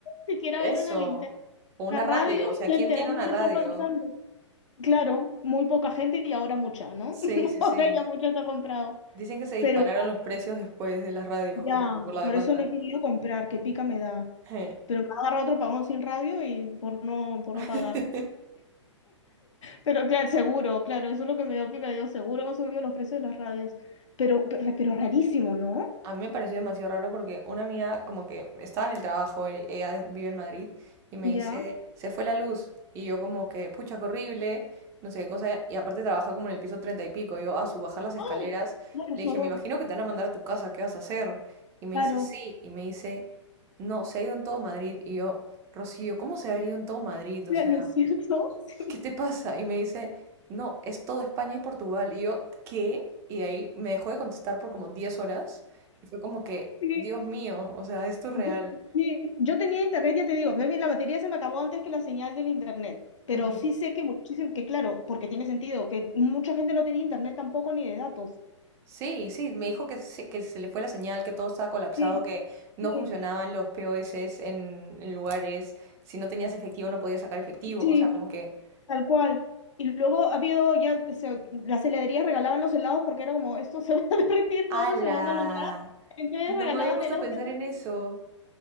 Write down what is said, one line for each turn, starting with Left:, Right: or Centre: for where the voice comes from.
Left: siquiera
Right: Eso.
Left: ver una linterna,
Right: O una
Left: una radio,
Right: radio. O
Left: <laughs>
Right: sea,
Left: para
Right: ¿quién
Left: enterarme
Right: tiene una
Left: de qué
Right: radio?
Left: está pasando. Claro, muy poca gente y ahora mucha, ¿no?
Right: Sí,
Left: <laughs>
Right: sí,
Left: O
Right: sí.
Left: sea, ya mucha se ha comprado.
Right: Dicen que se dispararon
Left: Pero
Right: los precios después de las radios,
Left: ya,
Right: como que por la
Left: por
Right: demanda.
Left: eso no he querido comprar, que pica me da.
Right: Je.
Left: Pero me ha agarrado otro pagón sin radio y por no, por
Right: <laughs>
Left: no pagar. Pero claro, seguro, claro, eso es lo que me dio picadillo, seguro que han subido los precios de las radios. Pero, pero, pero rarísimo, ¿no?
Right: A mí me pareció demasiado raro porque una amiga como que estaba en el trabajo, e- ella vive en Madrid, y me
Left: Ya.
Right: dice, se fue la luz. Y yo como que, pucha, qué horrible, no sé qué cosa. Y aparte trabaja como en el piso treinta y pico. Yo a su bajar las escaleras
Left: ¡Oh! No, por
Right: le dije,
Left: favor,
Right: me imagino que te van a mandar a tu casa, ¿qué vas a hacer? Y me
Left: claro.
Right: dice, sí. Y me dice, no, se ha ido en todo Madrid. Y yo, Rocío, ¿cómo se ha ido en todo Madrid?
Left: ya
Right: O sea...
Left: ¿no es cierto? <laughs> Sí,
Right: ¿qué te pasa? Y me dice, no, es todo España y Portugal. Y yo, ¿qué? Y ahí me dejó de contestar por como 10 horas. Y fue como que,
Left: sí.
Right: Dios mío, o sea, esto es real.
Left: Yo, sí. Yo tenía internet, ya te digo, me- la batería se me acabó antes que la señal del internet. Pero
Right: Ujú.
Left: sí sé que muchísimo, que claro, porque tiene sentido, que mucha gente no tenía internet tampoco ni de datos.
Right: Sí, sí, me dijo que se, que se le fue la señal, que todo estaba colapsado,
Left: Sí,
Right: que no
Left: sí,
Right: funcionaban los POS en, en lugares, si no tenías efectivo no podías sacar efectivo,
Left: sí,
Right: o sea, como que,
Left: Tal cual. Y luego ha habido ya, o sea, las heladerías regalaban los helados porque era como, esto se va a derretir
Right: ¡ala!
Left: todo, se va a malograr. Entonces
Right: No
Left: regalaban
Right: me había puesto
Left: helados
Right: a pensar
Left: que sí,
Right: en eso.